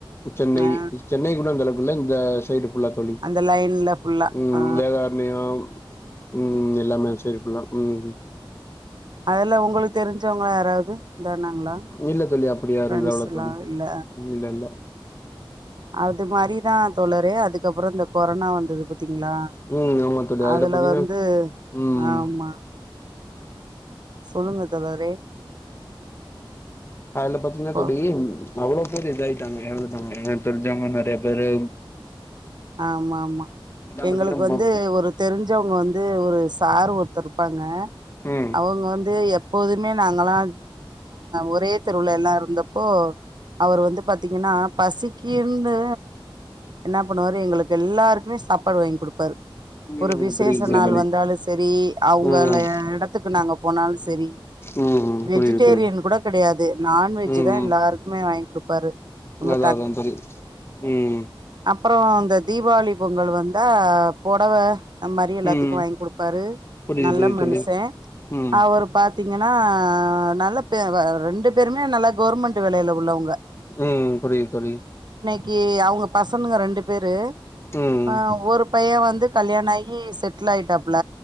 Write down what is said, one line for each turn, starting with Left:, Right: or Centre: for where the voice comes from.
Left: சென்னை
Right: ஆ
Left: சென்னை கூட அந்தலவுக் இல்ல இந்த சைடு புல்லா தோழி
Right: அந்த லைன்ல ஃபுல்லா
Left: ம்
Right: ஆ
Left: வேதாரணையு ம் எல்லாமே சேரி ஃபுல்லா ம்
Right: அதெல்லா உங்களுக்கு தெரிஞ்சவங்க யாராவது இதானாங்களா
Left: இல்ல தோழி அப்பிடி யாரு
Right: ஃப்ரெண்ட்ஸ்லா
Left: இத ஆவலா தோழி
Right: இல்ல
Left: இல்ல இல்ல
Right: அது மாரிதா தோழரே அதுக்கப்புறோ இந்த கொரோனா வந்தது பத் டிங்ளா
Left: ம் ஆமா தோழி
Right: அதுல
Left: பாத்தீங்கன்னா
Right: வந்து
Left: ம்
Right: ஆ ஆமா சொல்லுங்க தோழரே
Left: அதுல பாத்தீங்கன்னா
Right: ஓ,
Left: தோழி அவ்ளோ பேர் இதாயிட்டாங்க எறந்துட்டாங்க என தெரிஞ்சவங்க நெறையா பேரு
Right: ஆமா ஆமா
Left: எல்லா
Right: எங்களுக்கு
Left: பாத்தீங்கன்னா
Right: வந்து ஒரு தெரிஞ்சவங்க வந் து ஒரு சாரு ஒருத்தர் இருப்பாங்க
Left: ம்
Right: அவுங்க வந்து எப் போதுமே நாங்களா ஒரே தெருவுல எல்லாம் இருந்தப்போ அவரு வந்து பாத்தீங்கன்னா பசிக்குன்னு என்ன என்ன பண்ணுவாரு எங்களுக்கு எல்லாருக்குமே சாப்பாடு வாங்கி குடுப்பாரு
Left: ம்
Right: ஒரு விசேஷ
Left: புரியுது
Right: நாள்
Left: புரியுது தோழி
Right: வந்தாலும் செரி அவுங்கல
Left: ம்
Right: எடத்துக்கு நாங்க போனால் செரி
Left: ம்
Right: வெஜிடேரியன்
Left: புரியுது புரியுது
Right: கூட கெடையாது நான்வெஜ்ஜி
Left: ம்
Right: தான்
Left: ம்
Right: எல்லாருக்குமே வாங் குடுப்பாரு ரொம்ப
Left: அதா அதான் புரியிது ம்
Right: அப்பறம் இந்த தீபாவளி பொங்கல் வந்தா பொடவ அம்மாரி எல்லாத்துக்கும்
Left: ம்
Right: வாங்கி குடுப்பாரு
Left: புரியுது
Right: நல்ல
Left: புரியுது
Right: மனுஷன்
Left: தோழி ம்
Right: அவரு பாத்தி இங்கன்னா நல்ல பே வ ரெண்டு பேருமே நல்லா கவுர்மெண்ட் வேலைல உள்ளவங்க
Left: ம் புரியிது தோழி
Right: க அவுங்க பச ங்கனுங்க ரெண்டு பேரு
Left: ம்
Right: ஆ ஒரு பையன் வந் து கல்யாண ஆயி செட்லாயிட்டாப் பில